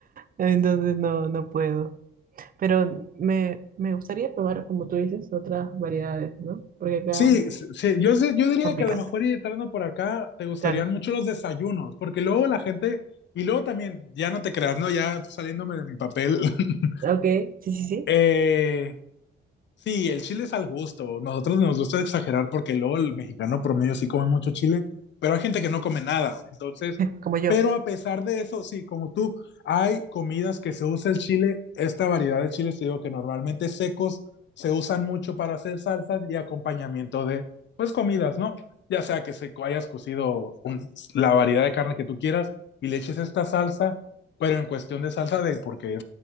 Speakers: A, on the right (about 45°); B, on the left (about 65°).
A: Entonces no, no puedo. Pero me, me gustaría probar, como tú dices, otras variedades, ¿no? Porque acá
B: Sí, s- sí, yo, sé- yo diría
A: son
B: que
A: picantes.
B: a lo mejor ir entrando por acá te gustarían
A: Claro.
B: mucho los desayunos, porque luego la gente, y luego también, ya no te creas, ¿no? Ya saliéndome de mi papel, <laughs>
A: Ok, sí, sí, sí.
B: eh, Sí, el chile es al gusto. Nosotros nos gusta exagerar porque luego el mexicano promedio sí come mucho chile, pero hay gente que no come nada. Entonces,
A: Como yo.
B: pero a pesar de eso, sí, como tú, hay comidas que se usa el chile, esta variedad de chiles, te digo que normalmente secos se usan mucho para hacer salsas y acompañamiento de, pues, comidas, ¿no? Ya sea que se co- hayas cocido un- la variedad de carne que tú quieras y le eches esta salsa, pero en cuestión de salsa, de porque